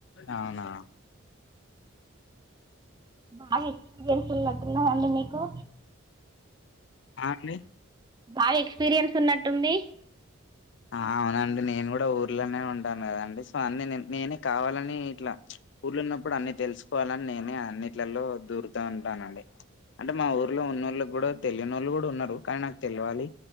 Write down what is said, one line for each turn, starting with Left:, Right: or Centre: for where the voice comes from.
Left: అవునా
Right: బాగా ఎక్స్పీరియన్స్ ఉన్నట్టున్నాదండి మీకు
Left: ఆ అండి
Right: బాగా ఎక్స్పీరియన్స్ ఉన్నట్టుంది
Left: అవునండి నేను కూడా ఊర్లోనే ఉంటాను కదండి సో అన్ని నేనే కావాలని ఇట్లా ఊర్ల ఉన్నప్పుడు అన్ని తెలుసుకోవాలని నేనే అన్నింటిలో దూరుతూ ఉంటానండి అంటే మా ఊర్లో ఉన్నోళ్ళకి కూడా తెలియనోళ్ళు కూడా ఉన్నారు కానీ నాకు తెలివాలి